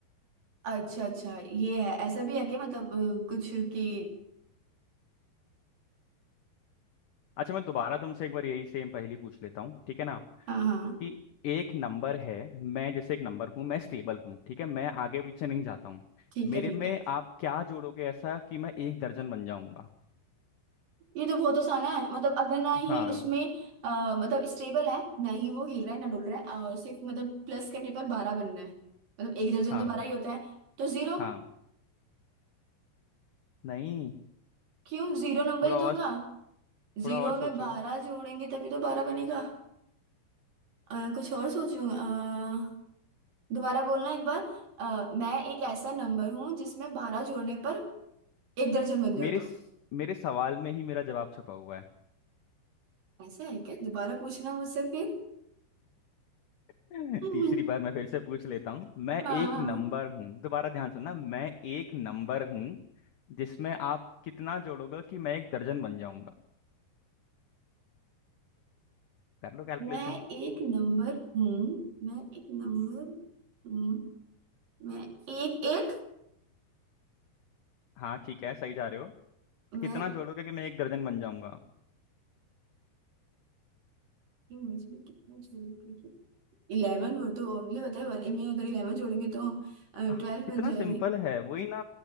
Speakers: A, on the right; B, on the left.
A: अच्छा अच्छा ये है ऐसा भी है कि मतलब अ, कुछ कि
B: अच्छा मैं दोबारा तुमसे एक बार यही सेम पहेली पूछ लेता हूँ ठीक है ना
A: हाँ हाँ
B: कि एक नंबर है मैं जैसे एक नंबर हूँ मैं स्टेबल हूँ ठीक है मैं आगे पीछे नहीं जाता हूँ
A: ठीक
B: मेरे
A: है ठीक
B: में
A: है
B: आप क्या जोड़ोगे ऐसा कि मैं एक दर्जन बन जाऊंगा
A: ये तो बहुत आसान है मतलब अगर ना ही
B: हाँ
A: उसमें अ, मतलब स्टेबल है ना ही वो हिल रहा है ना डुल रहा है और सिर्फ मतलब प्लस करने पर बारह बनना है मतलब एक दर्जन
B: हाँ
A: तो बारह ही होता है तो जीरो
B: हाँ नहीं
A: क्यों जीरो नंबर
B: थोड़ा
A: ही तो
B: और
A: होगा
B: थोड़ा
A: जीरो
B: और सोचो
A: में बारह जोड़ेंगे तभी तो बारह बनेगा अ, कुछ और सोचूंगा अ, दोबारा बोलना एक बार अ, मैं एक ऐसा नंबर हूँ जिसमें बारह जोड़ने पर एक दर्जन बन जाता
B: मेरे स-
A: हूँ
B: मेरे सवाल में ही मेरा जवाब छुपा हुआ है
A: ऐसा है क्या दोबारा पूछना मुझसे फिर
B: <laughs>
A: <laughs>
B: तीसरी बार मैं फिर से पूछ लेता हूँ मैं
A: हाँ
B: एक
A: हाँ
B: नंबर हूँ दोबारा ध्यान से ना मैं एक नंबर हूँ जिसमें आप कितना जोड़ोगे कि मैं एक दर्जन बन जाऊंगा कर लो कैलकुलेशन
A: मैं एक नंबर हूँ मैं एक नंबर हूँ मैं एक एक
B: हाँ ठीक है सही जा रहे हो
A: मैं
B: कितना जोड़ोगे कि मैं एक दर्जन बन जाऊंगा
A: इंग्लिश में कितना जोड़ूंगी क्योंकि इलेवन वो तो ओनली होता है वन में अगर इलेवन जोड़ेंगे तो ट्वेल्व
B: आह, कितना
A: बन जाएंगे
B: सिंपल है वही ना